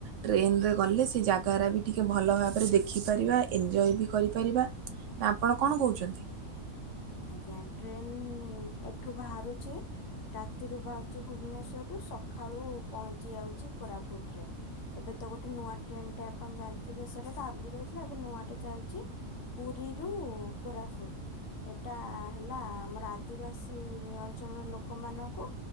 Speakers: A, on the right; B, on the left.
A: ଟ୍ରେନ୍ ରେ ଗଲେ ସେ ଜାଗା ଏରା ବି ଟିକେ ଭଲ ଭାବରେ ଦେଖିପାରିବା ଏନଜୟ ବି କରିପାରିବା। ନା ଆପଣ କଣ କହୁଛନ୍ତି?
B: ଆଜ୍ଞା ଟ୍ରେନ୍ ଏଠୁ ବାହାରୁଛି ରାତିରୁୁ ବାହାରୁଚି ଭୁବନେଶ୍ଵର ରୁ ସଖୃଳୁ ପହଞ୍ଚି ଯାଉଚି, କୋରାଫୁଟ ରେ ଏବେ ତ ଗୋଟେ ନୂଆ ଟ୍ରେନ୍ ଟେ ଆପଣ ଜାଣିଥିବେ, ସେଟା ତ ଆଗରୁ ଯାଉଥିଲା ଏବେ ନୂଆଟେ ଯାଉଚି, ପୁରୀରୁ କୋରାଫୁଟ। ଏଟା ହେଲା ଆମର ଆଦିବାସୀ ଅଞ୍ଚଳର ଲୋକମାନଙ୍କୁ